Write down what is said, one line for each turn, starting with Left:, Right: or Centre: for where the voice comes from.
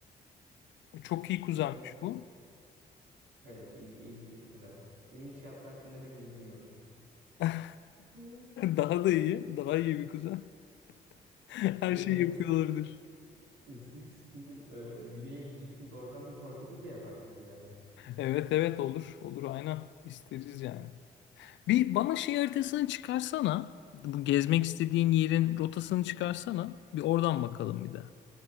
Left: E, Çok iyi kuzenmiş
Right: Enteresan.
Left: bu.
Right: Evet, il- ilginç bir kuzen. Ne iş yaptığı hakkında pek bir bilgim yok.
Left: <laughs>
Right: Hı.
Left: Daha da iyi. Daha iyi bir kuzen. <laughs> Her
Right: E
Left: şeyi
Right: kanka
Left: yapıyor olabilir.
Right: siz şimdi e, güneye gideceksiniz. Oradan bir Portekiz de yaparsınız yani.
Left: Evet evet olur. Olur aynen. İsteriz yani. Bir bana şey haritasını çıkarsana. Bu gezmek istediğin yerin rotasını çıkarsana. Bir oradan bakalım bir de.